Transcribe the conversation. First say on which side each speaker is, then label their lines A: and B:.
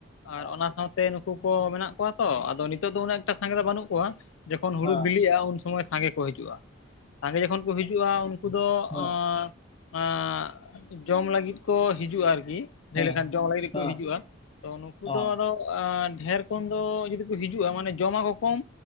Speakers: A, on the left; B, on the left.
A: ᱦᱮᱸ
B: ᱟᱨ ᱚᱱᱟ ᱥᱟᱶᱛᱮ ᱱᱩᱠᱩ ᱠᱚ ᱢᱮᱱᱟᱜ ᱠᱚᱣᱟ ᱛᱚ, ᱟᱫᱚ ᱱᱤᱛᱳᱜ ᱫᱚ ᱩᱱᱟᱹᱜ ᱮᱠᱴᱟ ᱥᱟᱸᱜᱮ ᱫᱚ ᱵᱟᱹᱱᱩᱜ ᱠᱚᱣᱟ ᱾ ᱡᱚᱠᱷᱚᱱ ᱦᱩᱲᱩ
A: ᱦᱮᱸ
B: ᱵᱤᱞᱤᱜᱼᱟ ᱩᱱ ᱥᱚᱢᱚᱭ ᱥᱟᱸᱜᱮ ᱠᱚ ᱦᱤᱡᱩᱜᱼᱟ, ᱥᱟᱸᱜᱮ ᱡᱚᱠᱷᱚᱱ ᱠᱚ ᱦᱤᱡ ᱡᱩᱜᱼᱟ ᱩᱱᱠᱩ ᱫᱚ,
A: ᱦᱮᱸ
B: ᱟᱸ ᱟᱸ ᱡᱚᱢ ᱞᱟᱹᱜᱤᱫ ᱠᱚ ᱦᱤᱡᱩᱜᱼᱟ ᱟᱨᱠᱤ? ᱤᱱᱟᱹ
A: ᱦᱮᱸ
B: ᱦᱤᱞᱟᱹᱜ ᱠᱷᱟᱱ ᱡᱚᱢ ᱞᱟᱹᱜᱤᱫ ᱜᱮᱠᱚ
A: ᱦᱮᱸ
B: ᱦᱤᱡᱩᱜᱼᱟ ᱛᱚ ᱱᱩᱠᱩ
A: ᱦᱮᱸ
B: ᱫᱚ ᱟᱫᱚ ᱟᱸ ᱰᱷᱮᱨ ᱠᱷᱚᱱ ᱫᱚ ᱡᱩᱫᱤ ᱠᱚ ᱦᱤᱡᱩᱜᱼᱟ, ᱢᱟᱱᱮ ᱡᱚᱢ ᱢᱟᱠᱚ ᱠᱚᱢ,